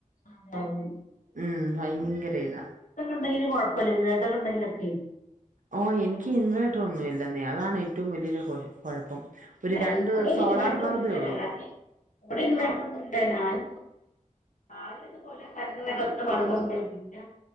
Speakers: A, on the left (about 70°); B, on the right (about 70°).
A: അതെ അതെ
B: ഉം ഭയങ്കര ഇതാ
A: ണ്ടെങ്കിലും കൊഴപ്പമല്ല ഇ വേതൊക്കെണ്ടെങ്കിലൊക്കെ
B: ഓ എനിക്ക് ഇൻവേർട്ടർ ഒന്നും ഇല്ലെന്നേ അതാണ് ഏറ്റവും വലിയൊരു കുഴപ്പം ഒരു രണ്ട്
A: ഇവിടെ
B: സോളാർ
A: ഇൻവേട്ടറൊന്നു
B: ബൾബേ
A: ഇല്ല
B: ഉള്ളൂ
A: ഞാന് ഇവിടെ ഇൻവേട്ട കൊന്നുല്ല ഞാന് അന ക പോലെ കറൻ്റ് പോയാൽ കത്ത്ണ ബൾബുണ്ട്പിന്ന